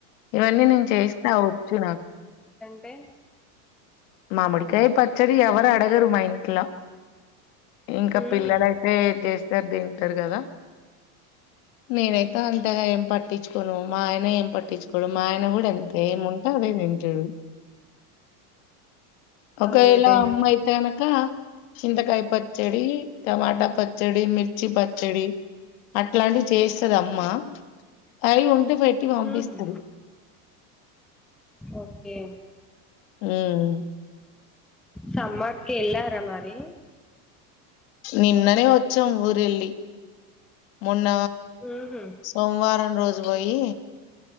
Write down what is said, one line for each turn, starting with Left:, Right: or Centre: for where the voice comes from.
Left: ఇవన్నీ నేను చేస్తా వచ్చు నాకు
Centre: ట్టె
Left: మామిడికాయ పచ్చడి ఎవరు అడగరు మ ఇంట్లా ఇంకా
Centre: ఉమ్
Left: పిల్లలయితే చేస్తారు తింటారు కదా నేనైతే అంతగా ఏం పట్టించుకోను మా ఆయన ఏం పట్టించుకోడు మా ఆయన కూడా ఎంత ఏముంటే అదే తింటాడు ఒకేలా
Centre: అదేదే
Left: అమ్మైతే అనుక చింతకాయ పచ్చడి టమాటా పచ్చడి మిర్చి పచ్చడి అట్లాంటివి చేస్తద అమ్మా అవి ఉంట పెట్టి పంపిస్తాది
Centre: ఉహు ఓకే
Left: హ్మ్.
Centre: సమ్మర్కి ఎల్లారా మరి
Left: నిన్ననే వచ్చాం ఊరెళ్ళి మొన్న
Centre: ఉహు
Left: సోమ్ వారం రోజు బోయి